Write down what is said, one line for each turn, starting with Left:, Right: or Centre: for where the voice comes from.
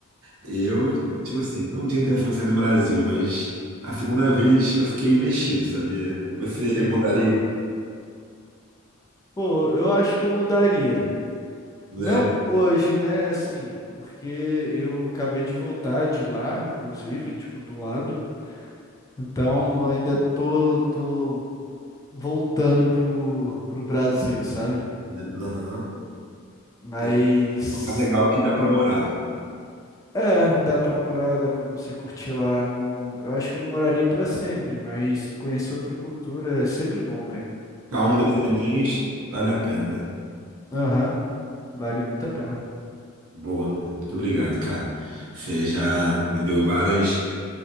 Right: Eu, tipo assim, não tinha intenção de sair do Brasil, mas a segunda vez eu fiquei mexido, sabia? Você
Left: Tentou.
Right: moraria?
Left: Pô, eu acho que eu mudaria.
Right: Moraria?
Left: Não hoje, né? Assim, porque eu acabei de voltar de lá, inclusive, tipo, do lado. Então, eu ainda tô, tô voltando pro, pro Brasil, sabe?
Right: né? Aham.
Left: Mas,
Right: Tem um lugar legal que dá pra morar.
Left: é, dá pra morar, dá pra você curtir lá no... Eu acho que eu não moraria pra sempre, mas conhecer outra cultura é sempre bom, velho.
Right: Ficar
Left: Sempre
Right: um, dois
Left: bom.
Right: aninhos, vale a pena, né?
Left: Aham, vale muito a pena.
Right: Boa, mano. Muito obrigado, cara. Você já me deu várias,